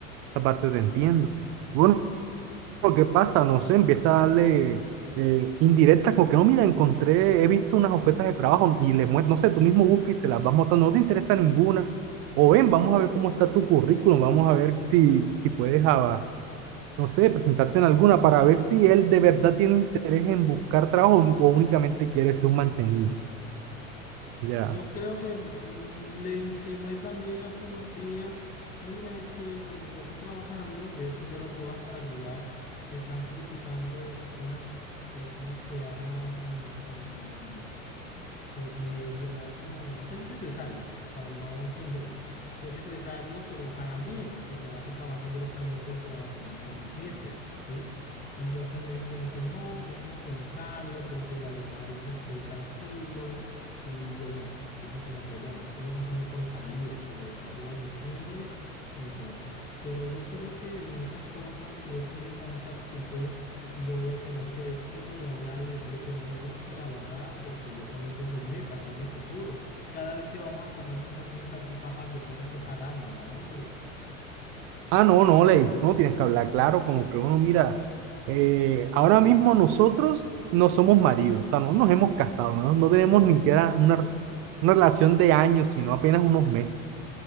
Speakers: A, on the right; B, on the left.
A: Esa parte te entiendo. Bueno, lo que pasa, no sé, empieza a darle eh, indirectas, como que no, mira, encontré, he visto unas ofertas de trabajo y le muestro, no sé, tú mismo buscas y se las vas mostrando, no te interesa ninguna. O ven, vamos a ver cómo está tu currículum, vamos a ver si, si puedes avanzar no sé, presentarte en alguna para ver si él de verdad tiene interés en buscar trabajo o o únicamente quiere ser un mantenido. Ya.
B: Yo creo que mm, le insinué también hace unos días, mira, es que donde yo estoy trabajando, de hecho yo lo puedo hasta ayudar, están solicitando unas personas que hagan un, u- eh, llenar como, hacer un secretario, para no entenderme. Ser secretario, pero pagan bien, porque vas a trabajar directamente con, con mi jefe, ¿sí? Entonces me dijo como que no, déjame pensarlo, porque la verdad ahorita estoy tranquilo. Y yo, bueno, dije como que, bueno, eso me pasa a mí por salido, por estar yo diciéndole. Entonces, pero yo creo que en otras cosas, si él sigue con esa actitud, yo voy a tener que decirle y hablar y decirle que no me gusta la verdad porque yo también tengo metas, tengo futuro. Cada vez que vamos a comernos aunque sea un salchipapa, yo tengo que pagar. No, hombre.
A: Ah, no, no, Ley, no tienes que hablar claro, como que uno mira, eh, ahora mismo nosotros no somos maridos, o sea, no nos hemos casado, no, no tenemos ni que una, una relación de años, sino apenas unos meses.